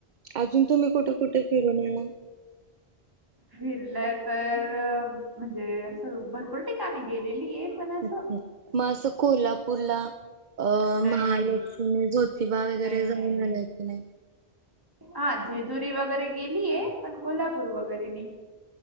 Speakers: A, on the right; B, on the right.
A: अजून तुम्ही कुठे कुठे फिरून आणला
B: फिरलंय तर म्हणजे असं भरपूर ठिकाणी गेलेली आहे पण असं
A: अच्छा मग असं कोल्हापूरला अ
B: नाही
A: महालक्ष्मी ज्योतिबा वगैरे
B: नाही
A: जाऊन
B: नाही
A: आलाय की नाही
B: हा जेजुरी वगैरे गेलीय पण कोल्हापूर वगैरे न